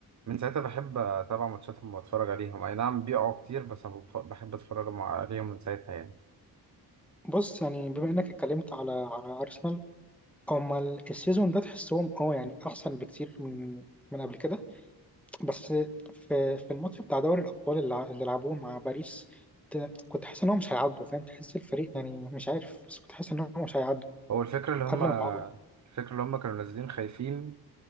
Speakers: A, on the right; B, in the centre.
A: من ساعتها بحب أتابع ماتشاتهم وأتفرج عليهم أي نعم بيقعوا كتير بس أنا بف- بحب أتفرج مع- عليهم من ساعتها يعني
B: بص يعني بما إنك اتكلمت على على أرسنال هما ال- السيزون ده تحسهم اه يعني أحسن بكتير من من قبل كده بس في في الماتش بتاع دوري الأبطال اللي ع- اللي لعبوه مع باريس ت- كنت حاسس إن هو مش هيعدوا فاهم تحس الفريق يعني مش عارف بس كنت حاسس إن هو مش هيعدوا
A: هو الفكرة اللي هما
B: قبل ما يلعبوا اه
A: الفكرة اللي هما كانوا نازلين خايفين